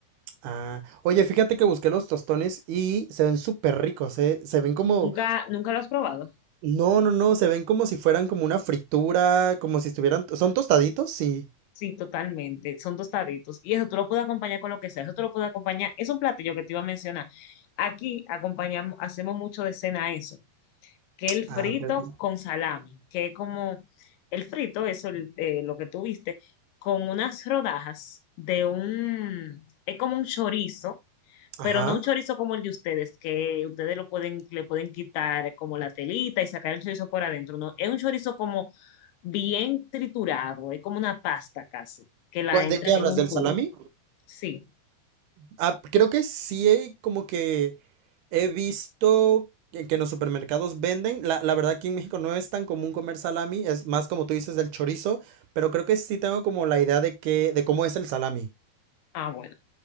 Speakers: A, on the right (about 75°); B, on the left (about 85°).
A: Ah, oye, fíjate que busqué los tostones y se ven súper ricos, eh, Se ven como
B: ¿Nunca, nunca lo has probado?
A: No, no, no, se ven como si fueran como una fritura, como si estuvieran... ¿Son tostaditos? Sí.
B: Sí, totalmente. Son tostaditos. Y eso tú lo puedes acompañar con lo que sea. Eso tú lo puedes acompañar. Es un platillo que te iba a mencionar. Aquí acompañamos, hacemos mucho de cena eso. que el frito
A: Ah, ok, ok.
B: con salami, que es como el frito, eso el- eh, lo que tú viste, con unas rodajas de un, es como un chorizo,
A: Ajá.
B: pero no un chorizo como el de ustedes, que ustedes lo pueden, le pueden quitar como la telita y sacar el chorizo por adentro, no, es un chorizo como bien triturado, es como una pasta casi, que la
A: ¿Cuál-
B: entran
A: ¿De qué hablas?
B: en un
A: ¿Del
B: tubo.
A: salami?
B: Sí,
A: Ah, creo que sí, eh, como que he visto que, que en los supermercados venden. La, la verdad, aquí en México no es tan común comer salami, es más como tú dices del chorizo, pero creo que sí tengo como la idea de que, de cómo es el salami.
B: ah, bueno.